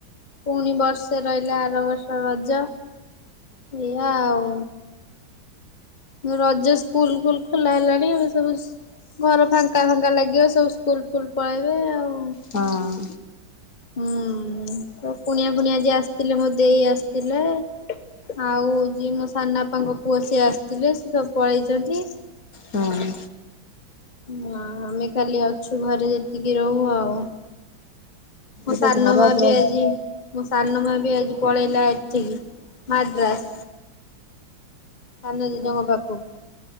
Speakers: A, on the left (about 30°); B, on the left (about 50°).
A: ପୁଣି ବର୍ଷେ ରହିଲା ଆର ବର୍ଷ ରଜ ଏଇଆ ଆଉ। ରଜ ସ୍କୁଲଲ ଖୋଲା ହେଲାଣି ଏ ସବୁ ଘର ଫାଙ୍କା ଫାଙ୍କା ଲାଗିବ ସବୁ ସ୍କୁଲ ଫୁଲ ପଳେଇବେ ଆଉ।
B: ହଁ।
A: ହୁଁ କୁଣିଆ ପୁଣିଆ ଆଜି ଆସିଥିଲେ ମୋ ଦେଇ ଆସିଥିଲେ। ଆଉ ଯିଏ ମୋ ସାନ ବାପାଙ୍କ ପୁଅ ସିଏ ଆସିଥିଲେ ସେ ସବୁ ପଳେଇଛନ୍ତି।
B: ହଁ।
A: ହଁ ଆମେ କାଲି ଅଛୁ ଘରେ ଯେତିକି ରହୁ ଆଉ। ମୁଁ
B: ଏବେ
A: ସାନ
B: ଘର
A: ମା
B: ପୁରା
A: ବି ଆଜି। ମୋ ସାନ ମା ବି ଆଜି ପଳେଇଲା ଏଠିକି ମାଡ୍ରାସ୍। ସାନ ଜେଜଙ୍କ ପାଖକୁ।